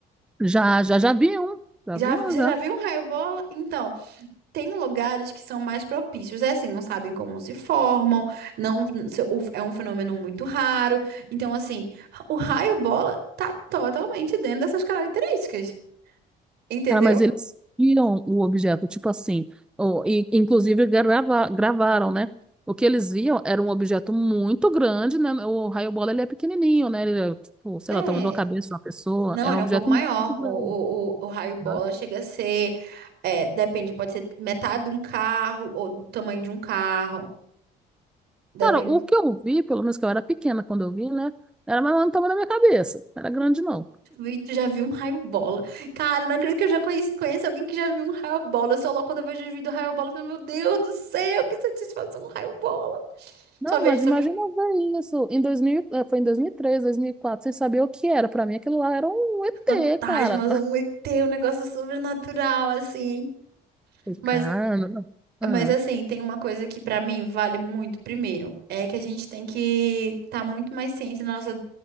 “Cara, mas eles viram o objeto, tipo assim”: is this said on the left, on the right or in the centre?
Centre